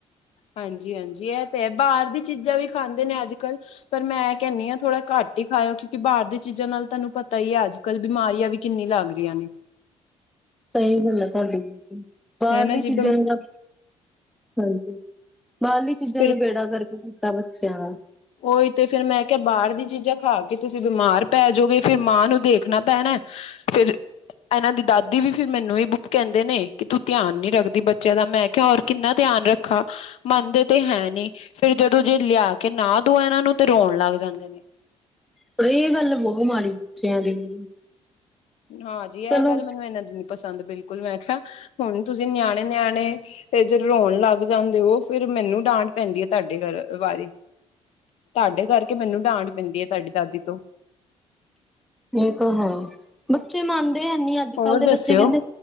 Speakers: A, on the left (about 60°); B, in the centre.
A: ਹਾਂਜੀ-ਹਾਂਜੀ ਐ ਤੇ ਹੈ, ਬਾਰ ਦੀ ਚੀਜ਼ਾਂ ਵੀ ਖਾਂਦੇ ਨੇ ਅੱਜ-ਕੱਲ। ਪਰ ਮੈਂ ਕੈਨੀ ਆਂ ਥੋੜ੍ਹਾ ਘੱਟ ਈ ਖਾਇਓ ਕਿਉਂਕਿ ਬਾਰ ਦੀ ਚੀਜ਼ਾਂ ਨਾਲ ਤੁਆਨੂੰ ਪਤਾ ਈ ਐ ਅੱਜ ਕੱਲ ਬਿਮਾਰੀਆਂ ਵੀ ਕਿੰਨੀਆਂ ਲੱਗ ਰਿਆਂ ਨੇ।
B: ਸਈ ਗੱਲ ਹੈ ਤੁਆਡੀ ਬਿਲਕੁਲ, ਬਾਰਲੀ
A: ਹਨਾ
B: ਚੀਜ਼ਾਂ
A: ਜੀ
B: ਵੀ ਨਾ ਹਾਂਜੀ। ਬਾਰਲੀ ਚੀਜ਼ਾਂ
A: ਫਿਰ
B: ਨੇ ਬੇੜਾ ਗਰਕ ਕੀਤਾ ਬੱਚੇਆਂ ਦਾ।
A: ਓਈ ਤੇ ਫੇਰ ਮੈਂ ਕੇਆ ਬਾਰ ਦੀਆਂ ਚੀਜ਼ਾਂ ਖਾ ਕੇ ਤੁਸੀਂ ਬਿਮਾਰ ਪੈ ਜੋਗੇ ਫੇਰ ਮਾਂ ਨੂੰ ਦੇਖਣਾ ਪੈਣਾ ਫਿਰ ਐਨਾਂ ਦੀ ਦਾਦੀ ਵੀ ਫੇਰ ਮੈਨੂੰ ਈ ਕੈਂਦੇ ਨੇ ਕਿ ਤੂੰ ਧਿਆਨ ਨੀ ਰੱਖਦੀ ਬੱਚੇਆਂ ਦਾ ਮੈਂ ਕੇਆ ਔਰ ਕਿੰਨਾ ਧਿਆਨ ਰੱਖਾ, ਮੰਨਦੇ ਤੇ ਹੈ ਨੀ ਫੇਰ ਜਦੋਂ ਜੇ ਲੇਆ ਕੇ ਨਾ ਦੋ ਏਨਾਂ ਨੂੰ ਤੇ ਰੋਣ ਲੱਗ ਜਾਂਦੇ ਨੇ।
B: ਪਰ ਏ ਗੱਲ ਬੋਹ ਮਾੜੀ ਬੱਚੇਆਂ ਦੀ।
A: ਹਾਂਜੀ
B: ਚਲੋ
A: ਐ ਗੱਲ ਮੈਨੂੰ ਏਨਾਂ ਦੀ ਨੀ ਪਸੰਦ ਬਿਲਕੁਲ ਮੈਂ ਕੇਆ ਹੁਨ ਤੁਸੀਂ ਨਿਆਣੇ-ਨਿਆਣੇ ਫੇਰ ਜੇ ਰੋਣ ਲੱਗ ਜਾਂਦੇ ਓ, ਫਿਰ ਮੈਨੂੰ ਡਾਂਟ ਪੈਂਦੀ ਐ ਤੁਆਡੇ ਕਾਰ ਵਾਰੀ। ਤੁਆਡੇ ਕਰਕੇ ਮੈਨੂੰ ਡਾਂਣ ਪੈਂਦੀ ਏ ਤੁਆਡੀ ਦਾਦੀ ਤੋਂ।
B: ਏ ਤਾਂ ਹੈ ਬੱਚੇ ਮੰਨਦੇ ਹੈਨੀ ਅੱਜ-ਕੱਲ
A: ਹੋਰ
B: ਦੇ
A: ਦੱਸਿਓ
B: ਬੱਚੇ ਕੈਂਦੇ